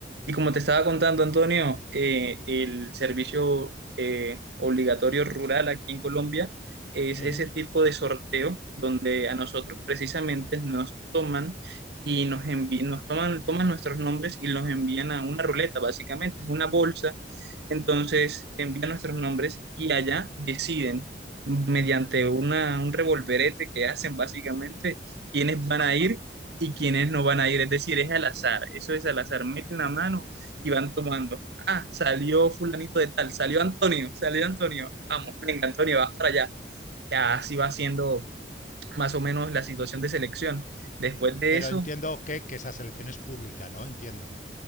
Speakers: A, on the right (about 70°); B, on the left (about 45°).
A: Y como te estaba contando, Antonio, eh, el servicio eh, obligatorio rural aquí en Colombia es
B: Uh
A: ese tipo
B: <laughs>
A: de sorteo donde a nosotros precisamente nos toman y nos envi- nos toman, toman nuestros nombres y los envían a una ruleta, básicamente, es una bolsa. Entonces envían nuestros nombres y allá deciden mediante una, un revolverete que hacen básicamente quiénes van a ir y quienes no van a ir. Es decir, es al azar, eso es al azar. Meten la mano y van tomando. Ah, salió fulanito de tal, salió Antonio, salió Antonio. Vamos, venga, Antonio, vas para allá. Ya así va siendo más o menos la situación de selección. Después de
B: Pero
A: eso,
B: entiendo que, que, esa selección es pública, ¿no? Entiendo.